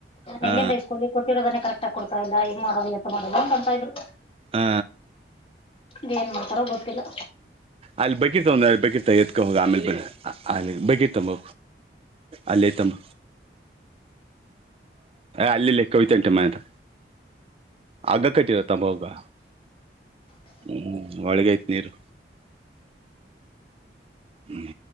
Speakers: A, on the right; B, on the left.
A: ಹಾ
B: ಎಲ್ಲಿಂದ್ರ ಸ್ಕೂಲ ಕೊಟ್ಟಿರೋದ ಕರೆಕ್ಟ್ ಆಗ ಕೊಡ್ತಾ ಇಲ್ಲಾ ಮಾಡೋದು ಎತ್ತ ಮಾಡದ ಅಂತ ಅಂತ ಇದ್ರು
A: ಹ
B: ಇೇಏನ್ ಮಾಡ್ತಾರ ಗೊತ್ತಿಲ್ಲ
A: ಅಲ್ಲಿ ಬಿತ ಒಂದ ಅಲ್ಲಿ ಬೇಕಿರ್ತಾ ಎತ್ಕಳಗ ಆಮೇಲೆ ಬ ಆ ಬಗ್ತಂಬ ಅಲ್ಲೇ ತಮ್ಮ ಅಲ್ಲಿ ಕವಿತೆಂಟ ಮನೆಂತ ಅಗ್ಗ ಕಟ್ಟಿರ ತಂಬಗ ಹ್ಮ್ ಒಳಗಯ್ತ್ ನೀರು ಹ್ಮ್